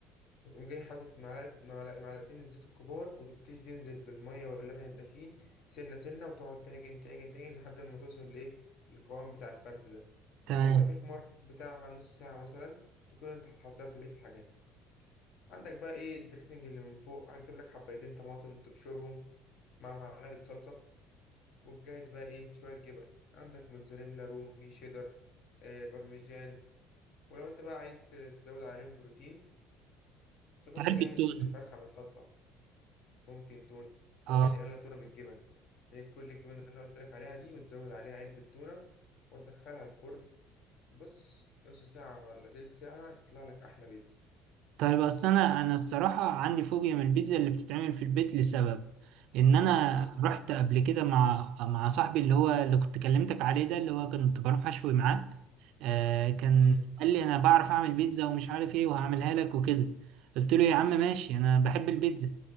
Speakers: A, on the left; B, on the right.
A: وتقوم جاي حاطط معلقة معلقة معلقتين الزيت الكبار وتبتدي تنزل بالمية واللبن الدافين سنة سنة وتقعد تعجن تعجن تعجن لحد ما توصل لإيه للقوام بتاع الفرد ده وتسيبها
B: تمام
A: تخمر بتاع نص ساعة مثلا تكون انت حضرت بقية الحاجات عندك بقى ايه الدريسنج اللي من فوق هتجيب لك حبايتين طماطم تبشرهم مع معلقة صلصة وتجهز بقى ايه شوية جبن عندك موتزاريلا رومي شيدر آه بارميجان ولو انت بقى عايز ت- تزود عليهم بروتين تكون
B: علبه
A: مجهز
B: تونه
A: صدر فرخة متقطع ممكن تون ممكن
B: اه
A: نعمل لها تونة بالجبن هي كل الجبن اللي انا قلت لك عليها دي وتزود عليها علبة تونة وتدخلها الفرن بص نص ساعة ولا تلت ساعة تطلع لك أحلى بيتزا
B: طيب اصل انا انا الصراحه عندي فوبيا من البيتزا اللي بتتعمل في البيت لسبب ان انا
A: مم.
B: رحت قبل كده مع مع صاحبي اللي هو اللي كنت كلمتك عليه ده اللي هو كنت بروح اشوي معاه آه كان
A: مم.
B: قال لي انا بعرف اعمل بيتزا ومش عارف ايه وهعملها لك وكده قلت له يا عم ماشي انا بحب البيتزا